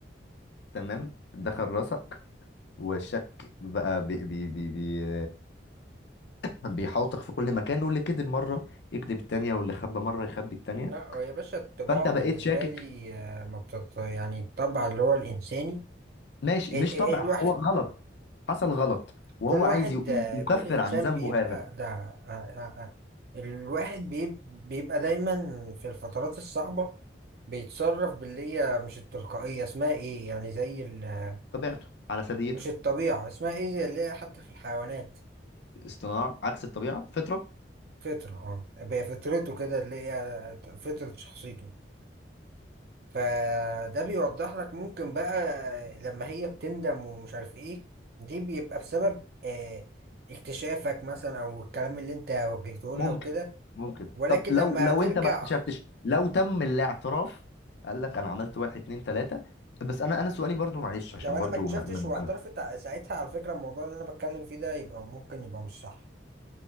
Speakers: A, on the left; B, on the right.
A: تمام دخل راسك والشك بقى بي بي بي بي بيحاوطك في كل مكان واللي كذب مرة يكذب التانية واللي خبى مرة يخبي التانية
B: لا هو يا باشا الطباع
A: فانت بقيت
B: بالنسبة
A: شاكك
B: لي آه، ما بتط... يعني الطبع اللي هو الإنساني
A: ماشي
B: ال-
A: مش
B: ال-
A: طبع
B: الواحد
A: هو غلط حصل غلط وهو
B: كل واحد
A: عايز ي-
B: آه،
A: يكفر
B: كل إنسان
A: عن ذنبه
B: بيبقى
A: هذا
B: ده آه، آه، آه. الواحد بيب... بيبقى دايما في الفترات الصعبة بيتصرف باللي هي مش التلقائية اسمها ايه يعني زي ال...
A: طبيعته على ثديته
B: مش الطبيعة اسمها ايه زي اللي هي حتى في الحيوانات
A: اصطناع عكس الطبيعة فطرة
B: فطرة اه هي فطرته كده اللي هي فطرة شخصيته فده بيوضح لك ممكن بقى لما هي بتندم ومش عارف ايه دي بيبقى بسبب آه اكتشافك مثلا او الكلام اللي انت وجهته
A: ممكن
B: لها وكده
A: ممكن
B: ولكن
A: طب لو
B: لما
A: لو
B: هترجع
A: انت ما اكتشفتش لو تم الاعتراف قال لك انا عملت واحد اتنين تلاتة بس انا انا سؤالي برضو معلش عشان
B: لو انا
A: برضو
B: ما اكتشفتش
A: م م
B: واعترفت ع- ساعتها على فكرة الموضوع اللي انا بتكلم فيه ده يبقى ممكن يبقى مش صح